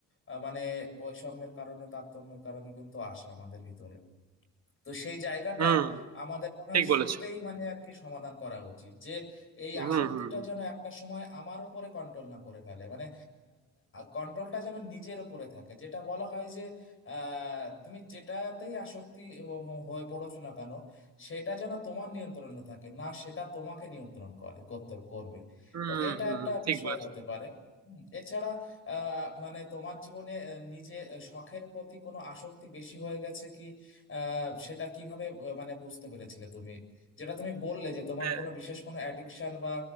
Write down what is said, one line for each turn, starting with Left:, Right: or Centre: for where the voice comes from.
Left: আহ, মানে বৈষম্যের কারণে তারতম্যের কারণে কিন্তু আসে আমাদের ভিতরে তো সেই জায়গাটা
Right: হুম
Left: আমাদের মনে হয়
Right: ঠিক বলেছো
Left: শুরুতেই মানে আর কি সমাধান করা উচিত যে এই
Right: হুম
Left: আসক্তিটা
Right: হুম
Left: যেন একটা সময় আমার উপরে কন্ট্রোল না করে ফেলে মানে কন্ট্রোলটা যেন নিজের উপরে থাকে যেটা বলা হয় যে আহ, তুমি যেটাতেই আসক্তি এবং হয়ে পড়ছো না কেন সেটা যেন তোমার নিয়ন্ত্রণে থাকে না সেটা তোমাকে নিয়ন্ত্রণ করে করতে করবে
Right: হুম
Left: তো
Right: হুম
Left: এটা
Right: হুম
Left: একটা
Right: হুম, ঠিক
Left: বিষয়
Right: বলেছো
Left: হতে পারে হুম, এছাড়া আহ, মানে তোমার জীবনে আহ, নিজে আহ, শখের প্রতি কোনো আসক্তি বেশি হয়ে গেছে কি আহ, সেটা কিভাবে আহ, মানে বুঝতে পেরেছিলে তুমি যেটা তুমি বললে যে তোমার
Right: হ্যাঁ,
Left: কোনো বিশেষ কোনো অ্যাডিকশন বা